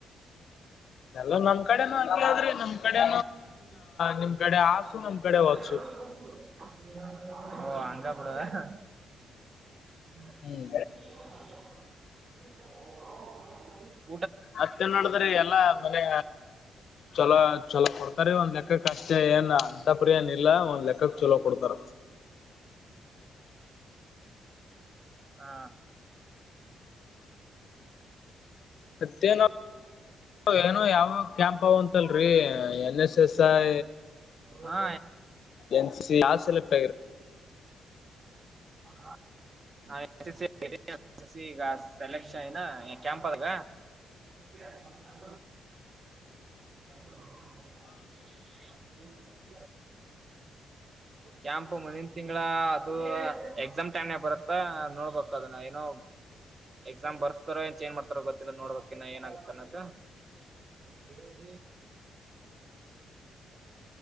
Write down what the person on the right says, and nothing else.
ಹ
ಅ ಕಡ
<inaudible>
ಹಾ
ಹಾ
ಹ ನಾನು ಎಸ್ಸ್ ಎ ಸೆಲೆಕ್ಷನ್ ಐನ ಕ್ಯಾಂಪಗ ಯ ನ ್ಮ
ಕ್ಯಾಂಪ್ ಮುಂದಿನ ತಿಂಗಳ ಅದು ಎಕ್ಸಾಮ್ ಟೈಮ್ ನ ಬರುತ್ತಾ ನ ನೋಡ್ಬ ಅದನ್ನ ಏನ ಎಕ್ಸಾಮ್ ಬರ್ಸ್ತಾರೋಏ ಚೇಂಜ್ ಮಾಡ್ತಾರೋ ಗೊತ್ತಿಲ್ಲ ನೋಡ್ಬೇಕನ್ನ ಏನಾಗತ್ತ ಅದದು ಉದ <inaudible>